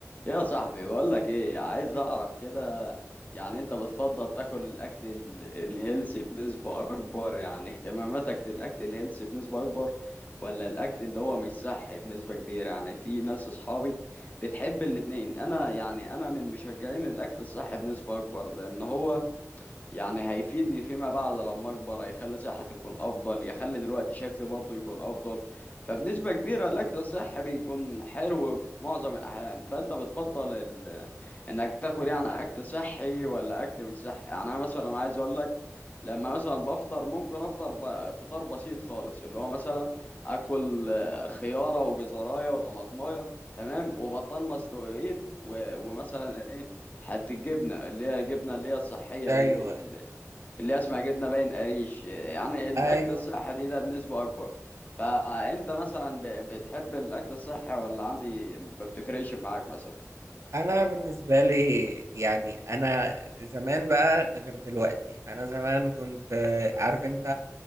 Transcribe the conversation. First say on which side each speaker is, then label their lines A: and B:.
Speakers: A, on the left (about 30°); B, on the right (about 60°).
A: يا صاحبي بقول لك ايه عايز اعرف كده يعني انت بتفضل تاكل الاكل ال- الهيلثي بنسبة اكبر يعني اهتماماتك للاكل الهيلثي بنسبة اكبر ولا الاكل اللي هو مش صحي بنسبة كبيرة يعني في ناس اصحابي بتحب الاتنين انا يعني انا من مشجعين الاكل الصحي بنسبة اكبر لان هو يعني هيفيدني فيما بعد لما اكبر هيخلي صحتي تكون افضل يخلي دلوقتي شكلي برضه يكون افضل فبنسبة كبيرة الاكل الصحي بيكون حلو في معظم الاحيان فانت بتفضل ال... انك تاكل يعني اكل صحي ولا اكل مش صحي يعني انا مثلا عايز اقول لك لما مثلا بفطر ممكن افطر ب... فطار بسيط خالص اللي هو مثلا اكل آه، خيارة وجزراية وطماطماية تمام وبطان مسلوقين و... ومثلا ايه حتى الجبنة اللي هي جبنة اللي هي الصحية
B: ايوه
A: دي دي
B: ايوه
A: اللي هي اسمها جبنة باين قريش يعني الأكل
B: ايوه
A: الصحي دي ده بنسبة أكبر فأنت مثلا ب- بتحب الأكل الصحي ولا عندي ما بتفرقش معاك مثلا
B: انا بالنسبه لي يعني انا زمان بقى غير دلوقتي انا زمان كنت آه، عارف انت